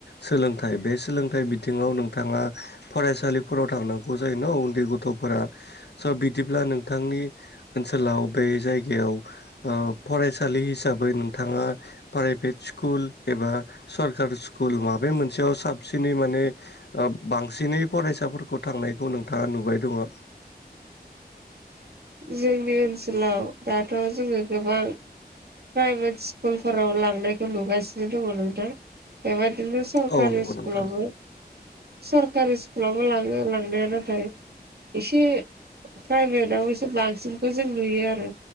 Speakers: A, on the left; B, on the right.
A: सोलोंथाइ बे सोलोंथाइ बिथिङाव नोंथाङा फरायसालिफोराव थांनांगौ जायोन उन्दै गथ'फोरा स' बिदिब्ला नोंथांनि ओनसोलाव बे जायगायाव ओ फरायसा सालि हिसाबै नोंथाङा प्राइभेट स्कुल एबा सरकारि स्कुल माबे मोनसेयाव साबसिनै माने ओ बांसिनै फरायसाफोरखौ थांनायखौ नोंथाङा नुबाय दङ'।
B: जोंनि ओनसोलाव दाथ' जोङो गोबां प्राइभेट स्कुलफोराव लांनायखौ नुगासिनो दङ नोंथां बेबायदिनो सरकारि
A: औ नंगौ
B: स्कुलावबो
A: नोंथां
B: सरकारि स्कुलावबो लाङो लांनाया नाथाय एसे प्राइभेटाव एसे बांसिनखौ जों नुयो आरो